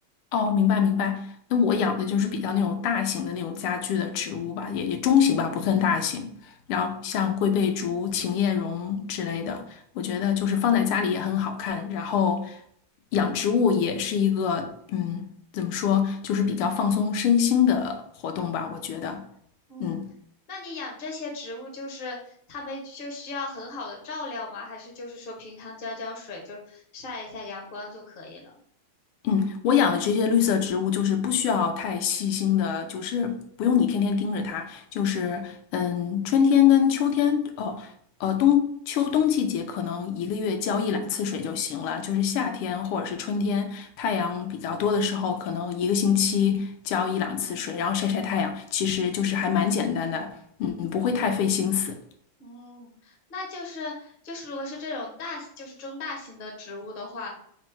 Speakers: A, on the left; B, on the left.
A: 哦，明白明白。那我养的就是比较那种大型的那种家具的植物吧，也也中型吧，不算大型。然后像龟背竹、琴叶榕之类的，我觉得就是放在家里也很好看。然后养植物也是一个，嗯，怎么说，就是比较放松身心的活动吧，我觉得。
B: 嗯，
A: 嗯，
B: 那你养这些植物，就是它们就需要很好的照料吗？还是就是说平常浇浇水，就晒一下阳光就可以了？
A: 嗯，我养的这些绿色植物就是不需要太细心的，就是不用你天天盯着它，就是嗯，春天跟秋天，哦，呃，冬秋冬季节可能一个月浇一两次水就行了，就是夏天或者是春天太阳比较多的时候，可能一个星期浇一两次水，然后晒晒太阳，其实就是还蛮简单的，嗯，不会太费心思。
B: 嗯，那就是就是如果是这种大，就是中大型的植物的话，